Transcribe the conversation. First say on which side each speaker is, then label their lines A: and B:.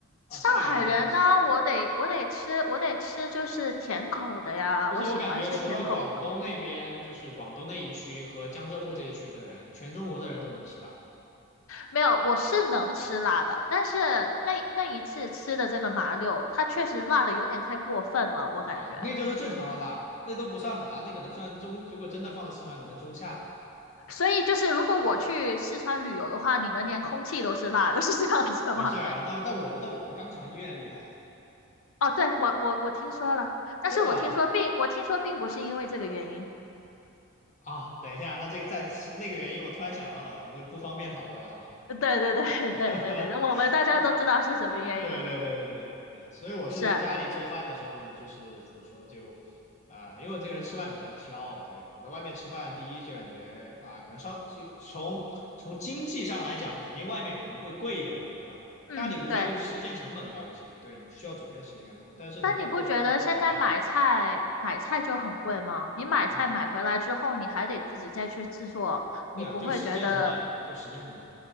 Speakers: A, on the left; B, on the left.
A: 啊，
B: 上海人呢，
A: 上海人不太行吧？
B: 我得我得吃我得吃就是甜口的呀，
A: 其实我感觉，
B: 我喜欢吃甜口
A: 除了广东那边，就是广东那一区和江浙沪这一区的人，全中国的人都能吃辣。
B: 没有，我是能吃辣的，但是那那一次吃的这个麻溜，它确实辣的有点太过分了，我感觉。
A: 啊，那就是正常的啦，那都不算很啦，那可能算中，如果真的放到四川，可能中下，
B: 所以就是，如果我去四川旅游的话，你们连空气都是辣的，<laughs> 是这样子吗？
A: 没事儿啊。但但我们但我们肛肠医院厉害，
B: 哦，对，我我我听说了，但是我听说并我听说并不是因为这个原因。
A: 对啊。啊，等一下，那这个在那个原因，我突然想到了，我们不方便讨论，好吧？
B: <laughs> 对对对对对对，
A: <laughs>
B: 那我们大家都知道是什么原因。
A: 我嗯对对对对对对，所以我自己在家里做饭的时候呢，
B: 是，
A: 就是怎么说就，啊、因为我这个人吃饭比较挑，对，我在外面吃饭，第一就感觉啊、可能稍是从从经济上来讲，肯定外面肯定会贵一点嘛，对吧？
B: 嗯，
A: 家里无非就时间成本高一些，
B: 对。
A: 对，你需要准备的时间更多，但是你可以做出自己想要的，
B: 但你不觉得现在买菜买菜就很贵吗？你买菜买回来之后，
A: 很好，
B: 你还得自己再去制作，你不会觉得，
A: 对啊，就时间成本嘛，就时间成本，